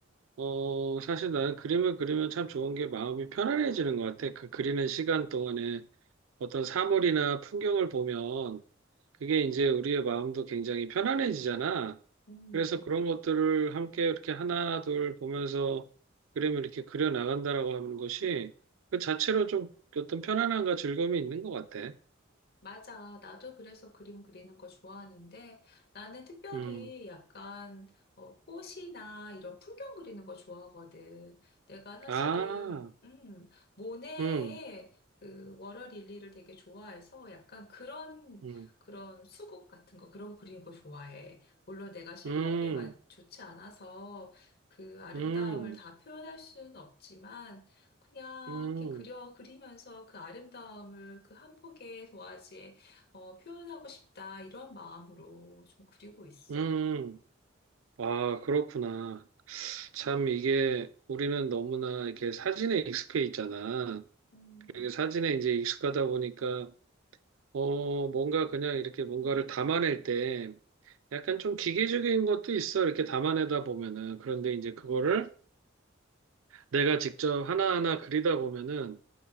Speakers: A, on the right (about 80°); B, on the left (about 50°).
A: 어 사실 나는 그림을 그리면 참 좋은 게 마음이 편안해지는 것 같아. 그 그리는 시간 동안에 어떤 사물이나 풍경을 보면 그게 이제 우리의 마음도 굉장히 편안해지잖아.
B: 음.
A: 그래서 그런 것들을 함께 이렇게 하나 둘 보면서 그림을 이렇게 그려 나간다라고 하는 것이 그 자체로 좀 어떤 편안함과 즐거움이 있는 것 같아.
B: 맞아. 나도 그래서 그림 그리는 거 좋아하는데 나는 특별히
A: 음.
B: 약간 어, 꽃이나 이런 풍경 그리는 거 좋아하거든. 내가 사실은
A: 아.
B: 음, 모네의
A: 음.
B: 그 워러릴리를 되게 좋아해서 약간 그런
A: 음.
B: 그런 수국 같은 거 그런 거 그리는 거 좋아해. 물론 내가 실력이
A: 음.
B: 많, 좋지 않아서 그 아름다움을
A: 음.
B: 다 표현할 수는 없지만 그냥
A: 음.
B: 이렇게 그려 그리면서 그 아름다움을 그 한 폭의 도화지에 어, 표현하고 싶다 이런 마음으로 좀 그리고 있어.
A: 음, 아, 그렇구나. 참, 이게 우리는 너무나 이렇게 사진에 익숙해 있잖아.
B: 음,
A: 그리고 사진에 이제 익숙하다 보니까, 어, 뭔가 그냥 이렇게 뭔가를 담아낼 때 약간 좀 기계적인 것도 있어. 이렇게 담아내다 보면은. 그런데 이제 그거를 내가 직접 하나하나 그리다 보면은